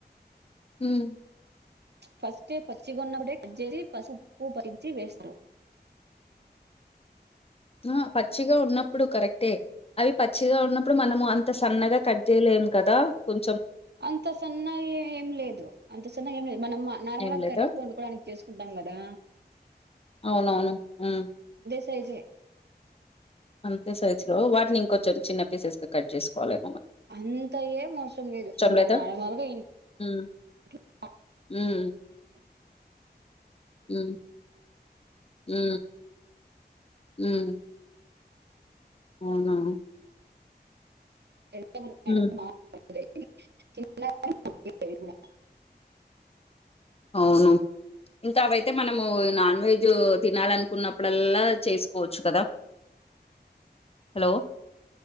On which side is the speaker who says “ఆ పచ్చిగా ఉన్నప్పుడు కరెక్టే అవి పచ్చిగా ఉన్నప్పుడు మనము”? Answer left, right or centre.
Left